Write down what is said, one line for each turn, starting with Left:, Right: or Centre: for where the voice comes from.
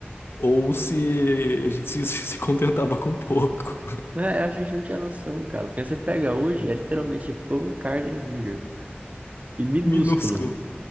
Left: ou se a gente se, se contentava com pouco.
Right: <laughs> né? A gente não tinha noção, cara. Porque você pega hoje, é literalmente pão, carne e hambúrguer. E minúsculo.
Left: <laughs> Minúsculo.